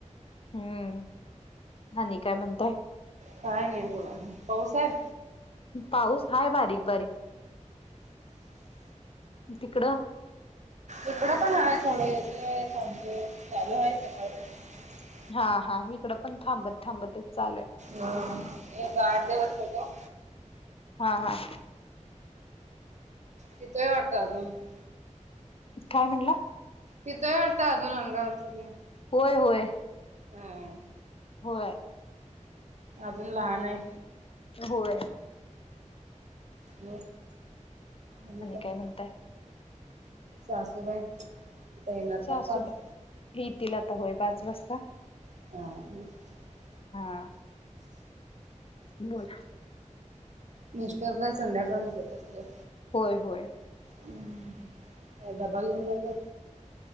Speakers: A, on the left (about 50°); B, on the right (about 65°).
A: हम्म आणि काय म्हणताय?
B: काय नाही बघा, पाऊस हाय?
A: पाऊस हाय बारीक, बारीक तिकडं?
B: इकडं पण आहे थोडेथ ज चालू आहे सकाळी प <unintelligible>
A: हा, हा, इकडं पण थांबत थांबतच चालू हाय.
B: हो, एक आठ दिवस होतो.
A: हा, हा.
B: कथोय वारता अजून <unintelligible>
A: काय म्हंटला?
B: तिथंही वाटतं अजून अंगावर सगळे <unintelligible>
A: होय. होय.
B: ह..
A: होय
B: आजून लहान हाय.
A: होय.
B: ब आणि का <unintelligible>
A: काय म्हणताय
B: सासूबाई? ते येणार
A: सासूबाई
B: का पाच
A: येतील आता होय पाच वाजता.
B: <unintelligible>
A: हा. बोला.
B: मिस्टर काय संध्याकाळीच येतात असतील.
A: होय होय.
B: हम्म काय डब्बा घेऊन जात